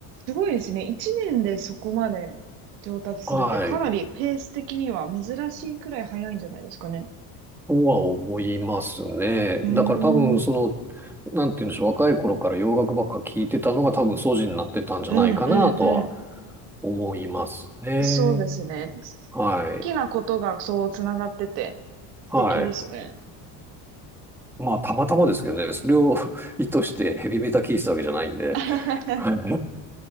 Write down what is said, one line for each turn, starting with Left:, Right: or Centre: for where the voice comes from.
Right: すごいですね。一年でそこまで上達するってかなりペース的には珍しいくらい早いんじゃないですかね。
Centre: はい。とは思いますね。
Right: うーん。
Centre: だから多分その、
Right: うん
Centre: なんて言うんでしょう、若い頃から洋楽ばっか聞いてたのが多分素地になってたんじゃないかなとは
Right: うん
Centre: 思いますね。
Right: うん。そうですね。好
Centre: はい。
Right: きなことがそうつながってて素敵ですね。
Centre: はい。まあ、たまたまですけどね、それを <laughs> 意図してヘビメタ聞いてたわけじゃないんで。
Right: <laughs>
Centre: はい。